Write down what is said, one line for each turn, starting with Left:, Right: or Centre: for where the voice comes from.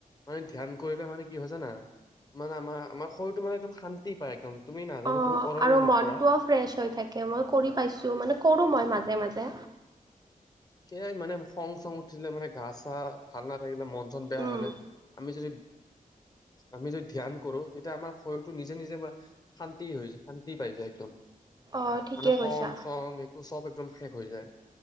Left: মানে ধ্যান কৰিলে মানে কি হয় জানা? মানে আমাৰ, আমাৰ শৰীৰটো মানে একদম শান্তি পায় একদম। তুমি নাজানো
Right: অ
Left: তুমি কৰা
Right: আৰু
Left: নে নকৰা?
Right: মনটোও ফ্ৰেছ হৈ থাকে। মই কৰি
Left: অ
Right: পাইছোঁ। মানে কৰোঁ মই মাজে মাজে।
Left: সেয়াই মানে, খং-চং উঠিলে মানে গা-চা ভাল নাথাকিলে, মন-চন বেয়া
Right: উম
Left: হ'লে। আমি যদি আমি যদি ধ্যান কৰো, তেতিয়া আমাৰ শৰীৰটো নিজে নিজে। শান্তি হৈ যায়। শান্তি পাই যায় একদম।
Right: অঁ ঠিকে
Left: মানে খং-চং।
Right: কৈছা
Left: চব একদম শেষ হৈ যায়।